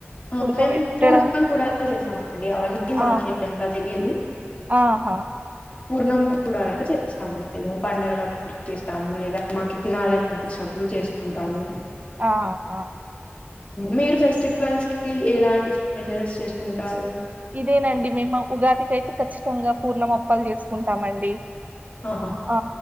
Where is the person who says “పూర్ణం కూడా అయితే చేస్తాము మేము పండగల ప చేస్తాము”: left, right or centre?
Left